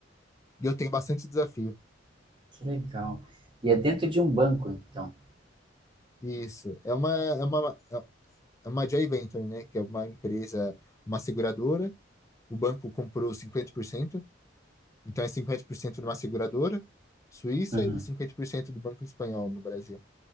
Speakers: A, on the left; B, on the right.
A: e eu tenho bastante desafio.
B: Que legal. E é dentro de um banco, então.
A: Isso. É uma, é uma, é é uma joint venture, né? Que é uma empresa, uma seguradora. O banco comprou cinquenta por cento então é 50% de uma seguradora suíça
B: Uhum.
A: e 50% do banco espanhol no Brasil.